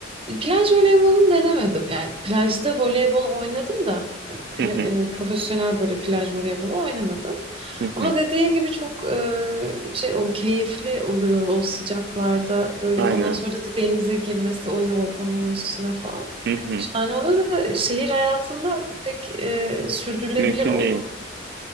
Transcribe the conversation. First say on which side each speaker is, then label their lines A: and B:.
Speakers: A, on the right; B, on the right.
A: Plaj voleybolunu denemedim. Yani plajda voleybol oynadım da pla-
B: Hı hı.
A: e, profesyonel böyle plaj voleybolu oynamadım.
B: Hı
A: Ama
B: hı.
A: dediğin gibi çok e, şey o keyifli oluyor o sıcaklarda böyle
B: Aynen.
A: ondan sonra da denize girmesi o yorgunluğun üstüne falan.
B: Hı hı.
A: Şahane oluyor da şehir hayatında pek e, sürdürülebilir
B: Mümkün
A: olur
B: değil.